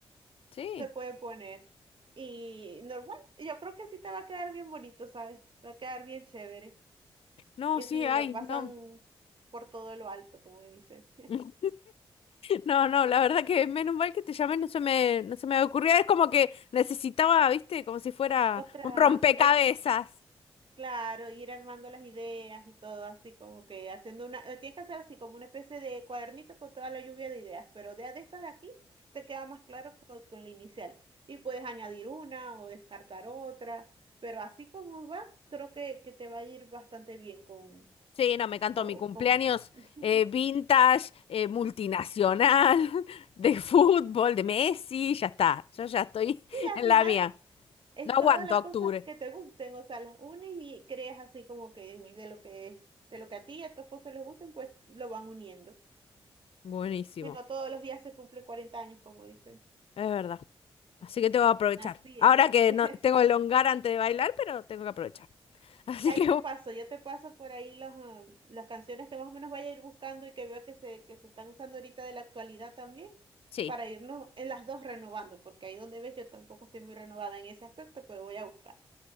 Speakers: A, on the left; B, on the right.
A: Sí.
B: Se puede poner. Y normal, yo creo que sí te va a quedar bien bonito, ¿sabes? Va a quedar bien chévere.
A: No,
B: Y así
A: sí, ay,
B: lo pasan
A: no.
B: por todo lo alto, como dicen.
A: <laughs> No, no, la verdad que menos mal que te llamé, no se me, no se me ocurría. Es como que necesitaba, viste, como si fuera
B: Otra,
A: un rompecabezas.
B: otra, claro, ir armando las ideas y todo así, como que haciendo una, eh, tienes que hacer así como una especie de cuadernito con toda la lluvia de ideas, pero de, de estas de aquí te queda más claro con, con la inicial. Y puedes añadir una o descartar otra, pero así como va, creo que, que te va a ir bastante bien con,
A: Sí, no, me encantó
B: con,
A: mi cumpleaños
B: con eso. Y
A: eh, vintage, eh, multinacional, <laughs> de fútbol, de Messi, ya está. Yo ya estoy <laughs>
B: al
A: en
B: final
A: la mía.
B: es
A: No aguanto
B: todas las
A: octubre.
B: cosas que te gusten, o sea, las unes y creas así como que de lo que, de lo que a ti y a tu esposo les gusten, pues lo van uniendo.
A: Buenísimo,
B: Que no todos los días se cumple 40 años, como dicen.
A: es verdad. Así que tengo que aprovechar.
B: Así
A: Ahora
B: es.
A: que
B: <laughs>
A: no tengo el hongar antes de bailar, pero tengo que aprovechar. <laughs> Así
B: Ahí
A: que,
B: te
A: bu-
B: paso, yo te paso por ahí los, ah, las canciones que más o menos vaya a ir buscando y que veo que se, que se están usando ahorita de la actualidad también,
A: sí,
B: para irnos en las dos renovando, porque ahí donde ves yo tampoco estoy muy renovada en ese aspecto, pero voy a buscar.